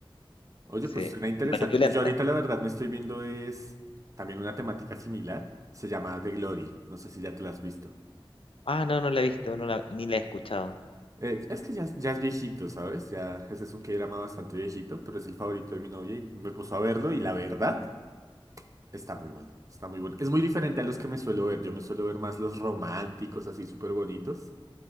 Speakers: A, on the right; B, on the left.
A: Oye,
B: Sí.
A: pues suena interesante.
B: y Igual es violenta.
A: Pues yo ahorita la verdad me estoy viendo es también una temática similar. Se llama The Glory. No sé si ya te la has visto.
B: Ah, no, no la he visto, no la, ni la he escuchado.
A: Eh, es que ya, es- ya es viejito, ¿sabes? Ya ese es un K-drama bastante viejito, pero es el favorito de mi novia y me puso a verlo y la verdad está muy bueno. Está muy bueno. Es muy diferente a los que me suelo ver. Yo me suelo ver más los románticos, así súper bonitos.